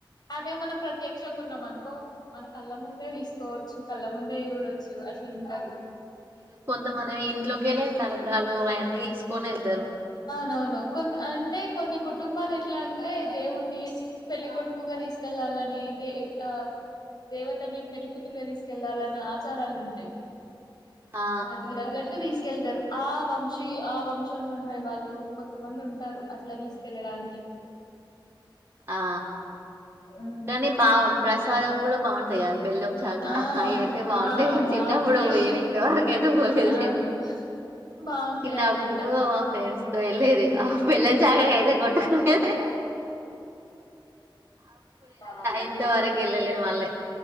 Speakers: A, on the left; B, on the right.
A: అదే మనం ప్రత్యక్షంగా ఉన్నాం అనుకో మన కళ్ళ ముందే తీసుకోవచ్చు కళ్ళ ముందే చూడొచ్చు అట్ ఉంటది
B: ఇక కొంతమంది ఇంట్లోకి వెళ్ళ తలంబ్రాలు అవన్నీ తీసుకొని వెళ్తారు
A: వును కొ అంటే కొన్ని కుటుంబాలు ఎట్లా అంటే దేవుడిని పెళ్లి కొడుకుగా తీసుకెళ్లాలని దే ఆ దేవతని పెళ్లికూతురుగా తీసుకెళ్ళాలనే ఆచారాలు ఉంటాయి
B: ఆ
A: వాటికి తగ్గట్టు తీసుకెళ్తారు ఆ వంశీ ఆ వంశంలో ఉండే వాళ్ళు కొంతమంది ఉంటారు అట్లా తీసుకెళ్ళడానికి <inaudible>
B: ఆ
A: ఉమ్
B: కానీ బా ప్రసాదం కూడా బాగుంటాయి కా బెల్లం శాకా
A: ఆ
B: అవి అయితే బాగుంటాయి
A: ఆ బావుంటాయి
B: చిన్నప్పుడు పోయను ఇంతవరకుయితే పోలేదు
A: అవును
B: నేను
A: బావుంటాయి
B: చిన్నప్పుడు
A: అవి కూడా
B: మా ఫ్రెండ్స్ వెళ్లేది అహ్ బెళ్ళం జాక కయితే కొట్టకునేది
A: అహ్
B: ఇంతవరకు వెళ్ళలే మళ్ళీ